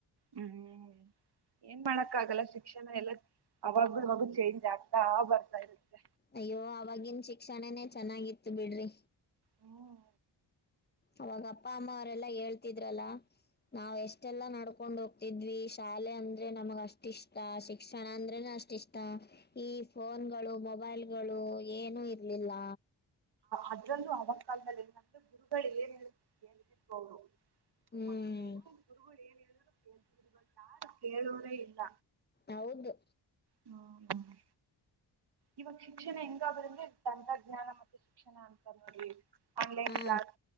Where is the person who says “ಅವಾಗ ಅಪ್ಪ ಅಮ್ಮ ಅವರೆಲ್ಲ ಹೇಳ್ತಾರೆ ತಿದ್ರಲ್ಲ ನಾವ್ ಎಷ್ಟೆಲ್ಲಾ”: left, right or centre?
Left